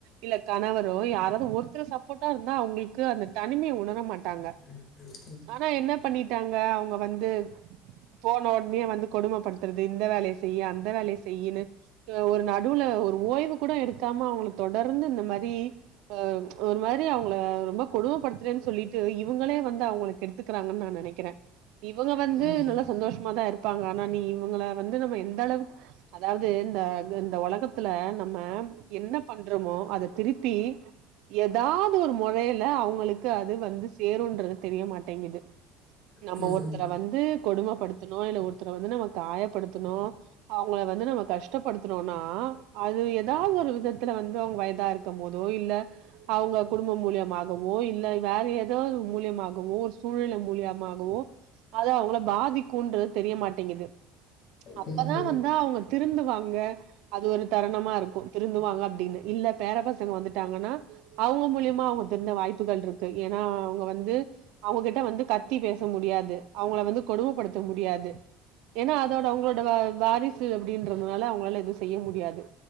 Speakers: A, on the right; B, on the left.
A: இல்ல கணவரோ யாராது ஒருத்தர் சப்போர்ட்டா இருந்தா அவங்ளுக்கு அந்த தனிமைய உணர மாட்டாங்க
B: <inaudible>
A: ஆனா என்ன பண்ணிட்டாங்க அவங்க வந்து போன உட்னே வந்து கொடுமப்படுத்துறது இந்த வேலைய செய்யி அந்த வேலைய செய்யினு அ ஒரு நடுவுல ஒரு ஓய்வு கூட எடுக்காம அவங்கள தொடர்ந்து இந்த மாதி அ ஒரு மாரி அவங்கள ரொம்ப கொடுமைப்படுத்துறேன் சொல்லிட்டு இவங்களே வந்து அவங்கள கெடுத் த்துக்குறாங்கன் நா நெனைக்கிறே இவங்க வந்து
B: ம்
A: நல்லா சந்தோஷமாதா இருப்பாங்க ஆனா நீ இவங்கள வந்து நம்ம எந்த அளவுக் அதாது இந்த இந்த உலகத்துல நம்ம என்ன பண்றோமோ அத திருப்பி எதாவ்து ஒரு மொறையில அவங்களுக்கு அது வந்து சேரும்ன்றது தெரிய மாட்டேங்குது நம்ம
B: ம்
A: ஒருத்தர வந்து கொடுமப்படுத்துணு இல்ல ஒருத்தர வந்து நம்ம காயப்படுத்துணு அவங்கள வந்து நம்ம கஷ்டப்படுத்துறோனா அது எதாவ்து ஒரு விதத்துல வந்து அவங்க வயதா இரு த்தும் போதோ இல்ல அவங்க குடும்ப மூலியமாகவோ இல்ல வேற ஏதோ மூலியமாகவோ ஒரு சூழ்நில மூலியமாகவோ அத அவங்கள பாதிக்குன்றது தெரியமாட்டேங்குது அப்பதா
B: ம்
A: வந்து அவங்க திருந்துவாங்க அது ஒரு தருணமா இருக்கூ திருந்துவாங்க அப்டின்னு இல்ல பேர பசங்க வந்துட்டாங்கன்னா அவங்க மூலியமா அவங்க திருந்த வாய்ப்புகள் இருக்கு ஏனா அவங்க வந்து அவங்ககிட்ட வந்து கத்தி பேச முடியாது அவங்கள வந்து கொடுமப்படுத்த முடியாது ஏனா அதோட அவங்களோடவ வாரிசு அப்டின்றதுனால அவங்களால எதுவு செய்ய முடியாது